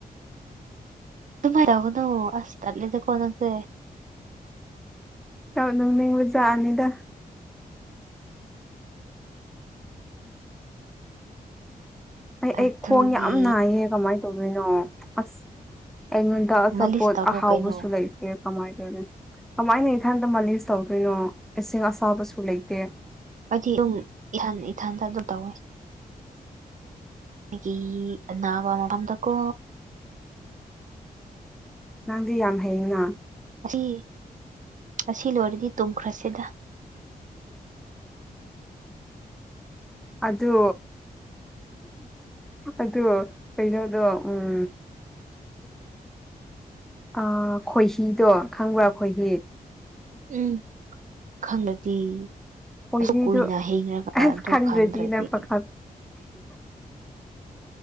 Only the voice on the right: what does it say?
ꯑꯗꯨꯨꯃꯥꯏ ꯇꯧꯒꯅꯨ ꯑꯁ ꯇꯟꯂꯤꯗꯀꯣ ꯅꯪꯁꯦ
ꯑꯗꯨꯒꯤ
ꯃꯥꯂꯤꯁ ꯇꯧꯔꯣ
ꯀꯩꯅꯣ
ꯍꯥꯏꯗꯤ ꯑꯗꯨꯝ ꯏꯊꯟ ꯏꯊꯟꯇ ꯑꯗꯨꯝ ꯇꯧꯋꯦ ꯑꯩꯒꯤ ꯑꯅꯥꯕ ꯃꯐꯝꯗꯀꯣ
ꯑꯁꯤ ꯑꯁꯤ ꯂꯣꯏꯔꯗꯤ ꯇꯨꯝꯈ꯭ꯔꯁꯤꯗ
ꯎꯝ ꯈꯪꯔꯗꯤ
ꯑꯁꯨꯛ ꯀꯨꯏꯅ ꯍꯤꯡꯔꯒ
ꯑꯗꯨ ꯈꯪꯗ꯭ꯔꯗꯤ